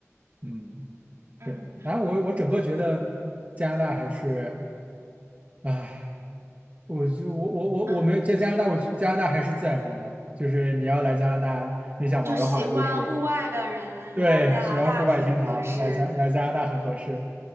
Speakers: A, on the right; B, on the right.
A: 嗯。
B: 嗯
A: 是，哎，我我整个觉得加拿大还是，哎，我就我我我我没有在加拿大，
B: 嗯，
A: 我加拿大还是自然风光，就是你要来加拿大，你想玩儿的话，
B: 就喜欢户外的人来加拿大挺合适。
A: 就是对，喜欢户外天堂，来加来加拿大很合适，